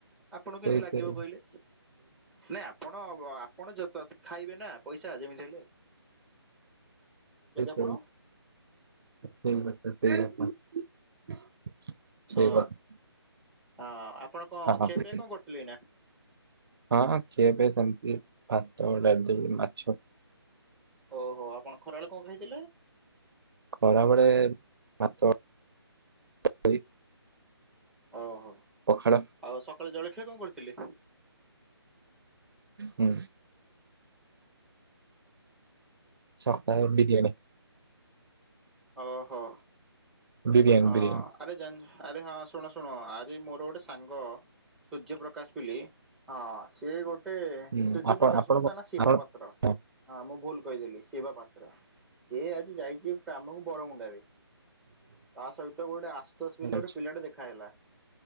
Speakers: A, in the centre; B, on the right (about 55°).
A: ଆପଣଙ୍କୁ
B: ସେଇ
A: କେମିତି ଲାଗିବ
B: ସେଇ
A: କହିଲେ ନାଇଁ ଆପଣ କଁ ଆପଣ ଯେତ ତ ଖାଇବେ ନା ପଇସା ଯେମିତି ହେଲେ। ଆପଣ
B: ଶୋଇଚି ସେଇ କଥା ସେଇ କଥା। ସେଇ
A: ହଁ
B: କଥା
A: ହଁ ଆପଣ କଣ
B: ହଁ
A: ଖିଆ ପିଆ କଣ କରୁଥିଲେ ଏନା?
B: ହଁ ଖିଆ ପିଆ ସରିଚି ଭାତ ଡାଲି ମାଛ
A: ଓହୋ ଆପଣ ଖରାବେଳେ କଣ ଖାଇଥିଲେ?
B: ଖରାବେଳେେ ଭାତ ଡାଲି
A: ଓହୋ
B: ପଖାଳ
A: ଆଉ ସକାଳେ ଜଳଖିଆ କଣ କରିଥିଲି?
B: ହୁଁ। ସକାଳେ ବିରିୟାନୀ।
A: ଓହୋ
B: ବିରିୟାନୀ
A: ଅ
B: ବିରିୟାନୀ
A: ଆବେ ଜାନ ଆରେ ହଁ ଶୁଣ ଶୁଣ ଆରେ ମୋର ଗୋଟେ ସାଙ୍ଗ ସୂର୍ଯ୍ୟ ପ୍ରକାଶ ପିଲି ହଁ ସେ ଗୋଟେ ଗୋଟେ
B: ହୁଁ
A: ସୂର୍ଯ୍ୟ
B: ଆପଣ
A: ପ୍ରକାଶ
B: ଆପଣ
A: ନୁହଁ
B: କଣ
A: ତା ନା ଶିବା
B: ଆପଣ
A: ପାତ୍ର
B: ହଁ
A: ମୁଁ ଭୁଲ କହିଦେଲି ସିବା ପାତ୍ର ସେ ଆଜି ଯାଇଛି ଆମକୁ ବରମୁଣ୍ଡରେ ତା ସହିତ ଗୋଟେ ଆଶ୍ବସ ବୋଲି
B: ଆଚ୍ଛା
A: ଗୋଟେ ପିଲାଟେ ଦେଖା ହେଇଗଲା।